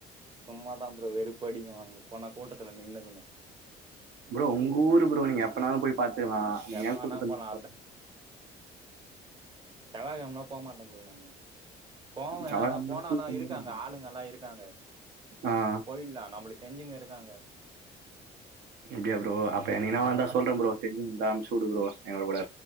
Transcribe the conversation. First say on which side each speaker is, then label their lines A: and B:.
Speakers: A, on the right; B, on the right.
A: சும்மாதா ப்ரோ வெறுப்படிக்கு அங்க போனா கூட்டத்துல நின்னுக்கணு
B: ப்ரோ உங்க ஊர் ப்ரோ நீங்க எப்பனாலு போய் பாத்துக்கலா நீ
A: எப்பனா
B: ஏ கூட்டத்த
A: போலா
B: போ
A: செவ்வாக்கெழமனா போமாட்டே ப்ரோ நானு போவே
B: செவ்வாகெழம
A: ஆனா போனாலு
B: கூட்டமா
A: இருக்காங்க
B: இருக்கு ப்ரோ
A: ஆளுங்கல்லா இருக்காங்க
B: ஆ
A: போயிட்லா நம்மளுக்கு தெரிஞ்சங்க இருக்காங்க
B: அப்டியா ப்ரோ அப்ப என்னைக்குனா
A: இருந்தாலு
B: வந்தா
A: நா
B: சொல்றே ப்ரோ தெரிஞ்சுங்க இருந்தா அனுப்பிச்சு விடு ப்ரோ எங்க கூட